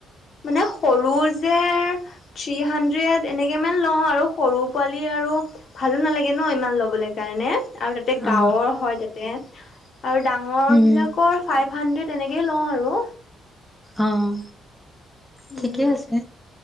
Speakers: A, on the left (about 55°); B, in the centre.
A: মানে সৰু যে থ্ৰী হাণ্ড্ৰেড এনেকে মান লওঁ আৰু সৰু পোৱালি আৰু ভালো নালাগে ন ইমান লবলৈ কাৰণে আৰু তাতে গাঁৱৰ
B: অ
A: হয় তাতে আৰু ডাঙৰ
B: উম
A: বিলাকৰ ফাইভ, হুণ্ডেদ তেনেকে লওঁ আৰু
B: অঁ, ঠিকে
A: উম
B: আছে!